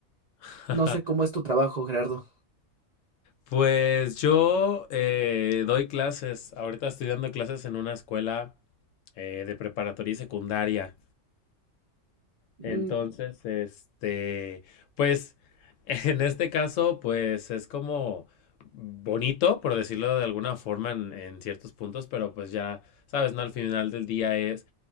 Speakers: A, on the left (about 75°); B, on the right (about 50°).
A: <laughs>
B: No sé cómo es tu trabajo, Gerardo.
A: Pues yo eh, doy clases. Ahorita estoy dando clases en una escuela eh, de preparatoria y secundaria.
B: Mm,
A: Entonces, este, pues <laughs> en este caso, pues es como bonito, por decirlo de alguna forma, en, en ciertos puntos, pero pues ya, sabes, ¿no? Al final del día es